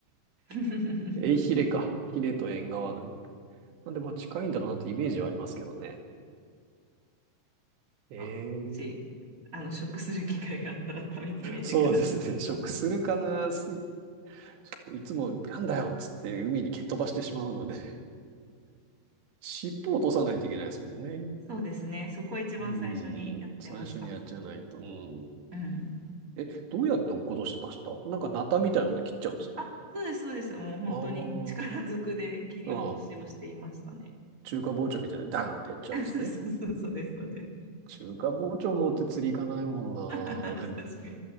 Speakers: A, on the right; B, on the right.
A: <laughs>
B: <laughs>
A: エイヒレか。ヒレと縁側なんで、まあ近いんだろうなってイメージはありますけどね。ええ、
B: あ、もし、あの、食する機会があったら食べてみてください。
A: そうですね。食するかな。すい、いつもなんだよっつって海に蹴っ飛ばしてしまうので、尻尾を落とさないといけないですもんね。
B: そうですね。そこは一番最初にやってました。
A: うん。最初にやっちゃないと。うん。
B: うん。
A: え、どうやって落っことしてましたなんかナタみたいので切っちゃうんですか
B: あ、そうです、そうです。もう本当に力ずくで切り落としをしていましたね。
A: あーあー。あ中華包丁みたいでダーンってやっちゃうんですね。
B: <laughs> あそうそうそう、そうです、そうです。
A: 中華包丁持って釣り行かないもん
B: <laughs> 確かに。